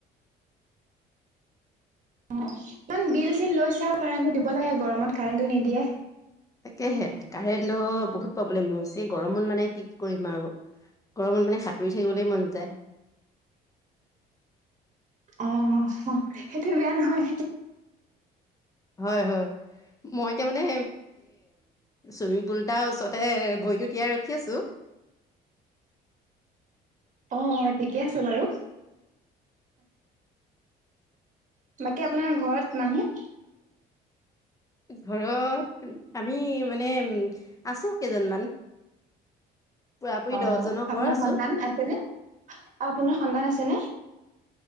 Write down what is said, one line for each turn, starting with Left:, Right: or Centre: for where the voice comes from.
Right: অ ইমান বিল চিল লৈছে আৰু কাৰেণ্টটো দিব লাগে গৰমত কাৰেণ্টটো নিদিয়ে-
Left: তাকেহে কাৰেণ্টটো বহুত প্ৰব্লেম হৈছে, এই গৰমত মানে কি কৰিম আৰু। গৰমত মানে সাঁতুৰি থাকিবলৈ মন যায়।
Right: অ অ সেইটো বেয়া নহয়।
Left: হয় হয়। মই এতিয়া মানে চুইমিং পুল এতাৰ ওচৰতে ভৰিটো তিয়াই ৰখি আছো।
Right: অ ঠিকে আছে বাৰু। বাকী আপোনাৰ ঘৰত মানুহ?
Left: ঘৰত আমি মানে উম আছো কেইজনমান। পুৰাপুৰি
Right: অ
Left: দহজনৰ ওপৰত
Right: আপোনাৰ
Left: আছো
Right: সন্তান আছে নে? অ আপোনাৰ সন্তান আছে নে?